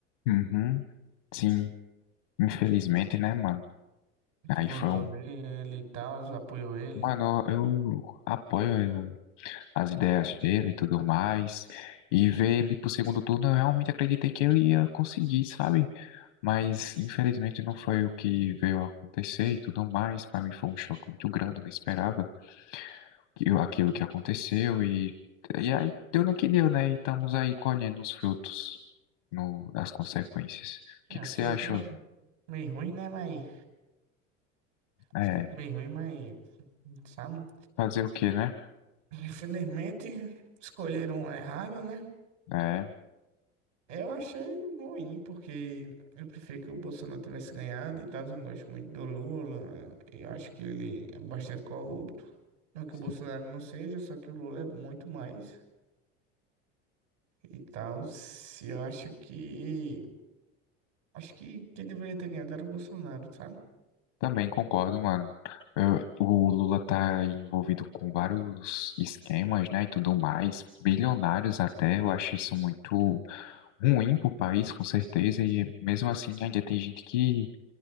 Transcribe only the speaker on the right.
Tu votou
nele e tal, apoiou ele.
É,
um surto
meio, meio ruim, né, mas...
Fruto bem ruim, mas, sabe?
Infelizmente, escolheram um errado, né?
Eu achei ruim, porque eu prefiro que o Bolsonaro tivesse ganhado e tal. Eu não gosto muito do Lula. Eu acho que ele é bastante corrupto. Não que
o Bolsonaro não seja, só que o Lula é muito mais e tal. Se eu acho que. Acho que quem deveria ter ganhado era o Bolsonaro, sabe?